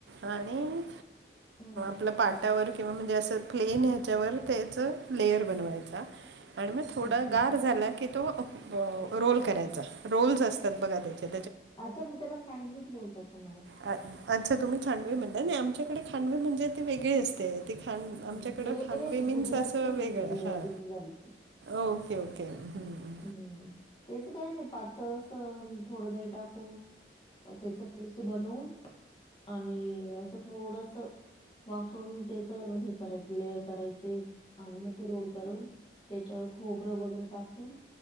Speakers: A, on the right; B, on the left.
A: आणि-
B: हां.
A: आपलं पाटावर किंवा म्हणजे असं प्लेन ह्याच्यावर त्याचं लेयर बनवायचा. आणि मग थोडा-
B: अच्छा, अच्छा.
A: गार झाला की तो रोल करायचा. रोल्ज असतात बघा त्याचे.
B: अच्छा मग त्याला खांडवीच बोलतात ना मॅडम.
A: अ अच्छा. तुम्ही खांडवी म्हणता. नाही आमच्याकडे खांडवी म्हणजे ती वेगळी असते. ते खांड
B: हम्म,
A: आमच्याकडं
B: हे
A: खांडवी
B: गुजराती
A: मीन्स असं वेगळं.
B: डि
A: हां.
B: डिश झाली ती.
A: Okay okay. ओके. हं. हं.
B: हम्म. त्याच काही नाही पातळ असं थोडं दही टाकून- म त्याच पेस्ट बनवून आणि म - थोडस वाफवून त्याच हे करायचं. लेअर करायची. आणि मग ते रोल करून. त्याच्यावर खोबरं वगैरे टाकून-